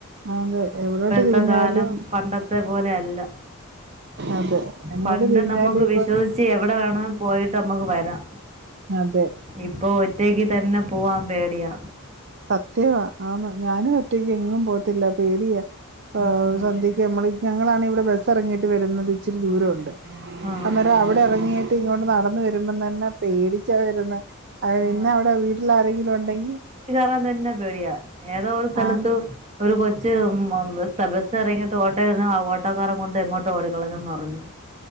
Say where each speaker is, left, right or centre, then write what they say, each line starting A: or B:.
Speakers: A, on the right (about 50°); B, on the right (about 30°).
A: അതെ എവിടോട്ട്
B: ഇപ്പഴത്തെ
A: തിരിഞ്ഞാലും
B: കാലം പണ്ടത്തെ പോലെ അല്ല
A: അതെ എങ്ങോട്ട്
B: പണ്ട്
A: തിരിഞ്ഞാലും
B: നമ്മുക്ക്
A: ഇപ്പൊ
B: വിശ്വസിച്ച് എവിടെ വേണോ പോയിട്ടമ്മക്ക് വരാം
A: അതെ
B: ഇപ്പൊ ഒറ്റയ്ക്ക് തന്നെ പോവാൻ പേടിയാ
A: സത്യവാ ആന്ന് ഞാനും ഒറ്റയ്ക്ക് എങ്ങും പോകത്തില്ല പേടിയാ
B: ഉം
A: സന്ധ്യക്ക് നമ്മൾ ഞങ്ങളാണ് ഇവിടെ ബസ് ഇറങ്ങിയിട്ട് വരുന്നത് ഇച്ചിരി ദൂരവുണ്ട്
B: ആ
A: അന്നേരം അവിടെ ഇറങ്ങിയിട്ട് ഇങ്ങോട്ട നടന്ന വരുമ്പ തന്നെ പേടിച്ചാ വരുന്ന. അത്
B: ആ
A: പിന്നെ അവിടെ വീട്ടിൽ ആരെങ്കിലും ഉണ്ടെങ്കി
B: റൻ തന്നെ പേടിയ ഏതോ ഒരു സ്ഥലത്ത്
A: ആഹ്
B: ഒരു കൊച്ച് ബസ് ഇറങ്ങിയിട്ട് ഓട്ടോ ഇരുന്നു ആ ഓട്ടോക്കാരൻ കൊണ്ട് എങ്ങോട്ട് ഓടിക്കളഞ്ഞെന്ന് പറഞ്ഞു.